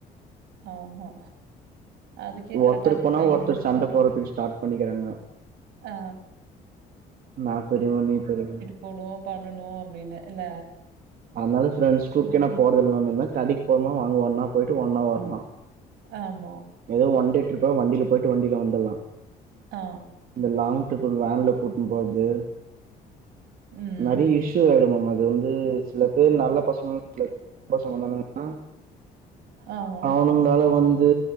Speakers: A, on the right (about 80°); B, on the right (about 60°).
A: ஆமா அதுக்கே கரெக்டா
B: ஒருத்தர்
A: இருக்கும்
B: போனா
A: டைம்
B: ஒருத்தர்
A: எல்லாம்
B: சண்ட போடுறதுக்கு ஸ்டார்ட் பண்ணிக்கிறாங்க
A: ஆ
B: நா பெரியவ நீ பெரியவ
A: போனும் பண்ணனும் அப்டின்னு இல்ல
B: அதனால ஃப்ரெண்ட்ஸ் டூர்க்கே
A: இங்
B: நா போறதில்ல மேம் இருந்தா கடைக்கு போன வாங்க ஒன்னா போயிட்டு ஒன்னா வரலாம்
A: ஆமா
B: ஏதோ ஒன்டே ட்ரிப்பா வண்டியில போயிட்டு வண்டில வந்தரலா
A: ஆ
B: இந்த லாங் டரிப் வேன்ல கூட்டு போது
A: ம்.
B: நெறைய இஷ் து <unintelligible> மேம் அது வந்து சில பேர் நல்ல பசங்க <unintelligible> ச பசங்க வந்தன்னா
A: ஆமா,
B: அவனுங்களால வந்து